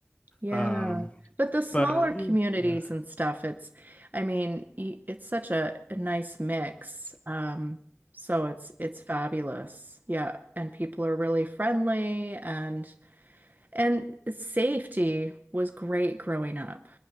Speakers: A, on the right; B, on the left.
A: Yeah.
B: Um.
A: But the smaller
B: But
A: communities
B: yeah.
A: and stuff, it's, I mean, y- it's such a, a nice mix. Um, so it's it's fabulous. Yeah, and people are really friendly and and safety was great growing up